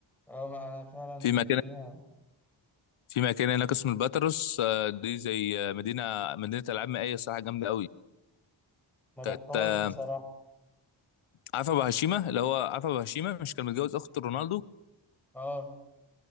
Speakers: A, in the centre; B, on the left.
A: اه ما انا فعلا
B: في مكان
A: فيها
B: في مكان هناك اسمه الباتروس آه، دي زي آه، مدينه مدينه العاب مائيه الصراحه جامده قوي
A: ما رحتهاش
B: كانت آه،
A: بصراحة
B: عارفه ابو هشيمه اللي هو عارفه ابو هشيمه مش كان متجوز اخت رونالدو
A: اه